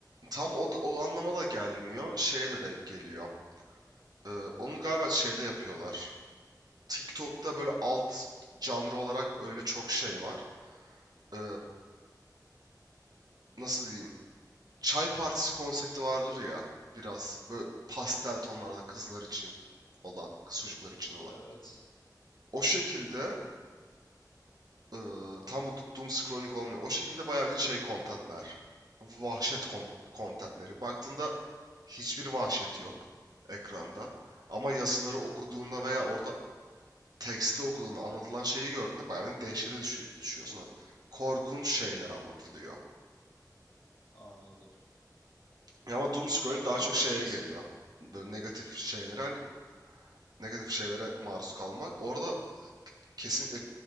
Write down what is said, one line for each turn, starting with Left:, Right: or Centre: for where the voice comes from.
Right: tam o, da- o anlama da gelmiyor. Şeye de denk geliyor. Ee, onu galiba şeyde yapıyorlar. TikTok'ta böyle alt canlı olarak öyle çok şey var. Ee, nasıl diyeyim? Çay partisi konsepti vardır ya. Biraz böyle pastel tonlarda kızlar için olan, kız çocuklar için olan.
Left: Evet.
Right: O şekilde e, tam bu doom scrolling olmuyor. O şekilde bayağı bildiğin şey contentler. Vahşet kon- contentleri. Baktığında hiçbir vahşet yok ekranda. Ama yazıları okuduğunda
Left: Hı hı.
Right: veya orada tekste okuduğunda anlatılan şeyi gördüğünde bayağı bir dehşete düşü- düşüyorsun. Hani korkunç şeyler anlatılıyor.
Left: Anladım.
Right: Ya ama
Left: Bunun
Right: doom scrolling
Left: bilgim
Right: daha
Left: yoktu
Right: çok şeye
Left: açıkçası.
Right: geliyor. Böyle negatif şeylere, hani negatif şeylere maruz kalmak. Orada kesinlikle